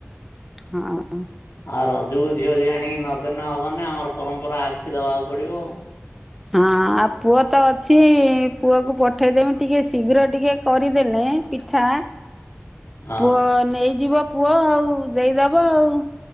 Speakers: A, in the centre; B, on the left (about 80°).
A: ହଁ।
B: ଆଉ ରଜକୁ ଝିଅ ଝିଆଣି କି ନଦେଲେ ହବନି ଆମର ପରମ୍ପରା ଅଛି ଦବାକୁ ପଡିବ।
A: ହଁ ଆଉ ପୁଅ ତ ଅଛି ପୁଅକୁ ପଠେଇଦେମି ଟିକେ ଶୀଘ୍ର ଟିକେ କରିଦେଲେ ପିଠା
B: ହଁ
A: ପୁଅ ନେଇଯିବ। ପୁଅ ଆଉ ଦେଇଦବ ଆଉ,